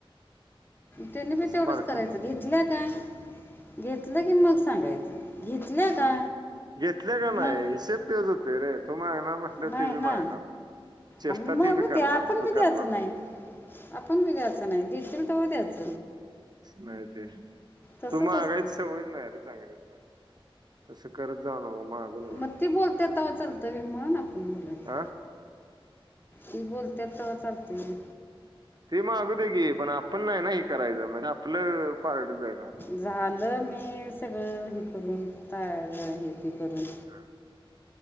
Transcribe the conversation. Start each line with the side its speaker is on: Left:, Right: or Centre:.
Left: त्यांनी मी
Right: तसं
Left: तेवढंच
Right: पार्टी
Left: करायचं घेतलं का घेतलं की मग सांगायचं. घेतल्या
Right: हम्
Left: का
Right: हम. घेतलय का
Left: मग
Right: नाही हिशेब तोच होतोय रे तू मागणार म्हंटल्यावर
Left: नाही
Right: ते भी
Left: ना
Right: मागणार. चेष्टा
Left: मग
Right: ती बी
Left: हो
Right: करणार
Left: ते आपण
Right: तू
Left: बी
Right: करणार
Left: द्यायचं नाही,
Right: मग
Left: आपण बी द्यायचं नाही दितील तवा द्यायच.
Right: माहती आहे
Left: तसंच
Right: तू मागायची
Left: असतं
Right: सवय नाही रे चांगली त्याला तसं करत जाऊ नको. मागू नको
Left: मग ती बोलते तेव्हा चालतय म्हणून आपण बोलायचं.
Right: हा
Left: ती बोलत्यात तवा चालतय.
Right: ते मागू दे की पण, आपण नाही ना हे करायच म्हणजे आपलं पारड जड राहतं
Left: झालं मी सगळं हे करून पाहिलं आहे ते करून
Right: हा.